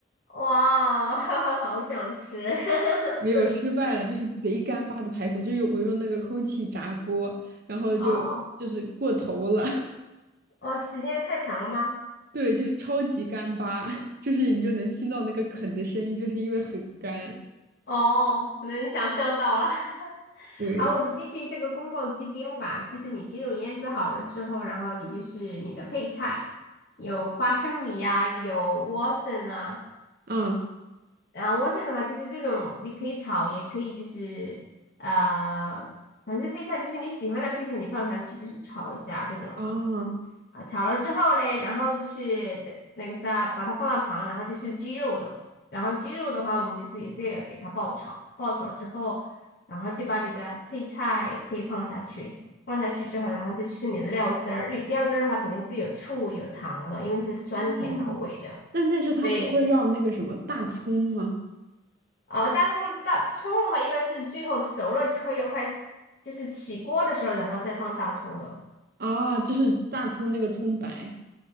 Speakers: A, on the left; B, on the right.
A: 哇，<laughs> 好想吃！<laughs>
B: 没有失败了，就是贼干巴的排骨，就用我用那个空气炸锅，然后就就是过头了，
A: 哦
B: <laughs>
A: 哦，时间太长了吗？
B: 对，就是超级干巴，<laughs> 就是你就能听到那个啃的声音，就是因为很干，
A: 哦，能想象到了。<laughs>
B: 对，
A: 好，我们继续这个宫爆鸡丁吧。就是你鸡肉腌制好了之后，然后你就是你的配菜，有花生米呀、有莴笋啊。
B: 嗯
A: 然后莴笋的话，就是这种你可以炒，也可以就是呃，反正配菜就是你喜欢的配菜，你放下去就是炒一下这种的。
B: 啊
A: 啊，炒了之后嘞，然后就是的那个它把它放到旁，然后就是鸡肉的，然后鸡肉的话，我们就是也是要给它爆炒，爆炒之后，然后就把你的配菜可以放下去，放下去之后，然后再就是你的料汁儿，你料汁儿的话肯定是有醋有糖的，因为是酸甜口味的。
B: 嗯，但但是他不会要那个什么大葱吗？
A: 对，啊大葱大葱的话，一般是最后熟了之后要快，就是起锅的时候，然后再放大葱的。
B: 啊，就是大葱那个葱白，